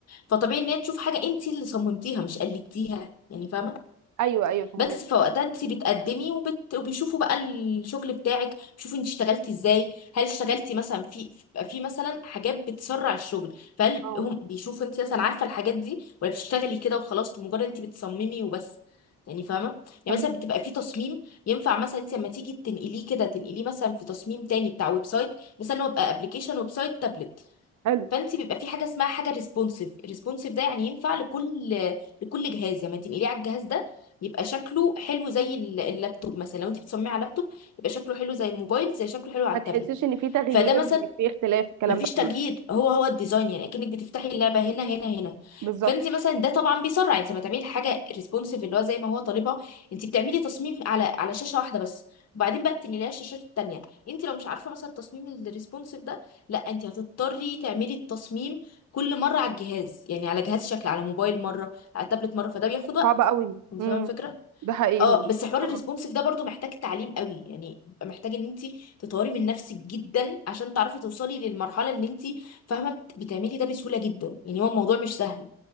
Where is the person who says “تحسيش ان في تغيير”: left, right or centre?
Right